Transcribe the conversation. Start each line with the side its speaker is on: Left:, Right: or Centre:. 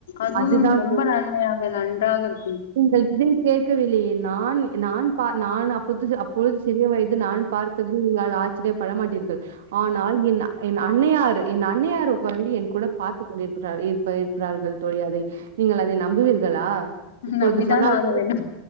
Left: அதுவும்
Right: அதுதான்
Left: ரொம்ப நன்மையாக நன்றாக இருக்
Right: நீங்கள் இதை கேட்கவில்லையே நான் நான் பா நான் அப்பொழுது சிறிய வயது நான் பார்ப்பதில் நீங்கள் ஆச்சரியம்ப்படமாட்டீர்கள் ஆனால் என் என் அன்னையார் என் அன்னையார் உக்காந்தூ என் கூட பார்த்து இருக்கிறார்கள் தோழி அதை நீங்கள் அதை நம்புவீர்களா இப்பொழுது
Left: நம்பிதான்
Right: சொன்னால்
Left: ஆக வேண்டும்